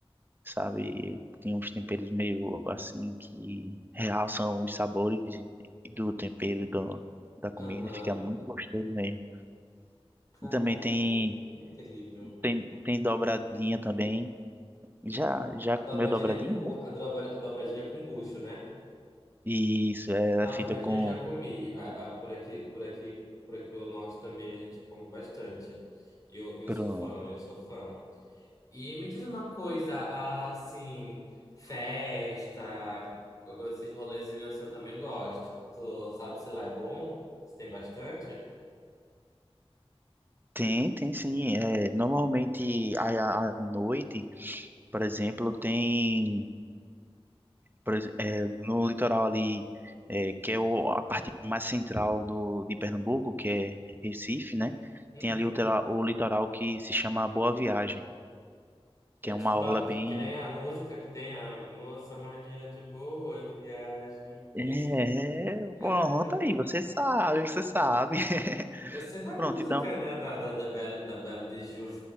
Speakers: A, on the right; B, on the left.
A: sabe? E Tem uns temperos meio assim que realçam os sabores e- e do tempero do, da comida,
B: Aham.
A: fica muito gostoso mesmo.
B: Cara,
A: E também tem,
B: que incrível.
A: tem, tem dobradinha também. Já, já
B: A
A: comeu
B: dobradinha
A: dobradinha,
B: com bu...
A: né?
B: a, dobra- a dobradinha com bucho, né?
A: E isso, é
B: Ah, A
A: feita
B: dobradinha
A: com.
B: eu já comi. A, a- por aqui, por aqui, por aqui pelo norte também a gente come bastante. E eu, eu
A: Pronto.
B: sou fã, eu sou fã. E me diz uma coisa, ah, assim, festa, esses rolezinhos assim eu também gosto. Tu sabe se lá é bom? Se tem bastante?
A: Tem, tem sim. É, normalmente à, à noite, por exemplo, tem. por exe- é, no litoral ali, é, que é o- a parte mais central do, de Pernambuco, que é Recife, né?
B: Uhum.
A: Tem ali o, tera- o litoral que se chama Boa Viagem, que
B: É
A: é
B: tipo,
A: uma
B: da,
A: orla bem.
B: que, que nem a música que tem a moça mais linda de boa viagem.
A: É,
B: É isso? Aham.
A: pronto aí, você sabe, você sabe. <laughs>
B: Eu sei da
A: Pronto,
B: música,
A: então.
B: né? Da, da, da Belle, da Belle de Ju,